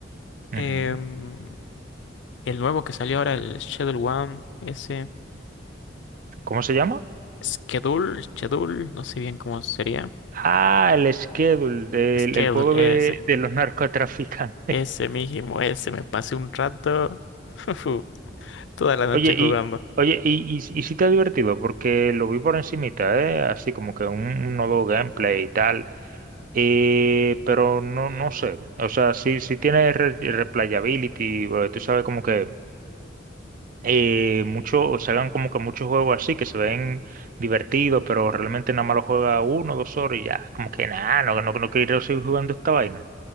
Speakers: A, on the left; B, on the right.
A: em,
B: ujú.
A: el nuevo que salió ahora, el Shadow One, ese.
B: ¿Cómo se llama?
A: Schedule, schedule, no sé bien cómo sería.
B: Ah, el Schedule,
A: Schedule,
B: el, el juego
A: ese.
B: de, de los <laughs> narcotraficantes.
A: Ese mismo, ese. Me pasé un rato, <laughs> toda la noche
B: Oye,
A: jugando.
B: y, oye, Claro. y, y, y sí te ha divertido, porque lo vi por encimita, ¿eh? Así como que un, un nuevo gameplay y tal. Eh, pero no, no sé. O sea, sí, sí tiene re- replayability, eh, tú sabes como que eh, mucho, o se hagan como que muchos juegos así que se ven divertidos, pero realmente nada más lo juega uno, o dos horas y ya, como que nada, no, no, no quiero seguir jugando esta vaina.